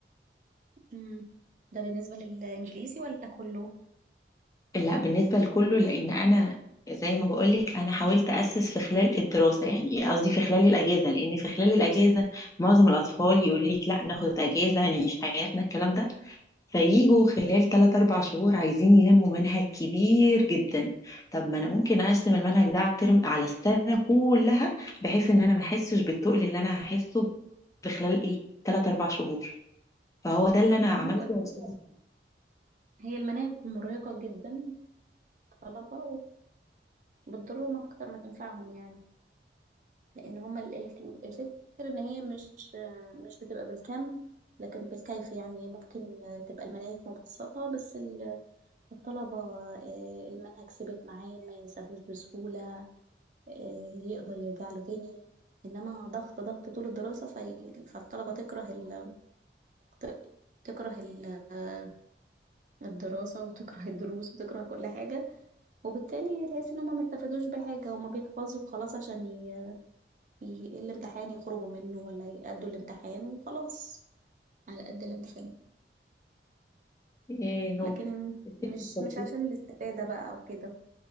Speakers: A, on the right; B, on the left.
A: امم ده بالنسبة للإنجليزي ولا كله
B: لا بالنسبة لكله لأن أنا زي ما بقولك أنا حاولت أسس في خلال الدراسة يعني قصدي في خلال الأجازة لأن في خلال الأجازة معظم الأطفال يقولوا لك لا ناخد أجازة نعيش حياتنا الكلام ده فييجوا خلال 3 4 شهور عايزين يلموا منهج كبير جدا طب ما أنا ممكن أقسم المنهج ده على الترم على السنة كلها بحيث إن أنا ما أحسش بالتقل اللي أنا هحسه في خلال إيه 3 4 شهور فهو ده اللي
A: مم.
B: أنا عملته
A: ما انا بقول
B: يا أستاذ.
A: لك هي المناهج مرهقة جدا للطلبة وبتضرهم أكتر ما تنفعهم يعني لأن هما ال- ال- الفكرة إن هي مش مش بتبقى بالكم لكن بالكيف يعني ممكن تبقى المناهج مبسطة بس ال- الطلبة آه، المنهج ثبت معاه ما ينساهوش بسهولة آه، يقدر يرجع له تاني انما ضغط ضغط طول الدراسة في... فالطلبة تكره ال... ت- تكره ال... آه، الدراسة وتكره <laughs> الدروس وتكره كل حاجة وبالتالي تحس ان هما ما استفادوش بحاجة هما بيحفظوا وخلاص عشان ي... ي... الامتحان يخرجوا منه ولا يأدوا الامتحان وخلاص على قد الامتحان
B: إيه هو
A: لكن
B: الفكرة
A: مش
B: في تطبيق
A: مش عشان الاستفادة بقى او كده